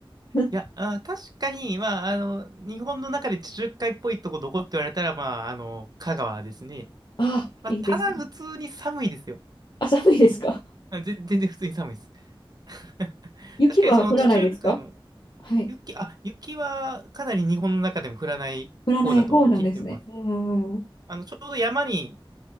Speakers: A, on the left; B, on the right.
A: うん
B: いや、あー、確かに、まあ、あの、日本の中で地中海っぽいとこどこって言われたら、まあ、あの、香川ですね。
A: <laughs> あ、
B: まあ、
A: いいですね。
B: ただ普通に寒いですよ。
A: あ、寒いですか
B: あぜ全然普通に寒いです。<laughs>
A: 雪は降らないですか
B: 確かにその地中海の
A: はい。
B: 雪、あ、雪はかなり日本の中でも降らない方だと聞いてます。
A: 降らない方なんですね。うん。
B: あの、ちょうど山に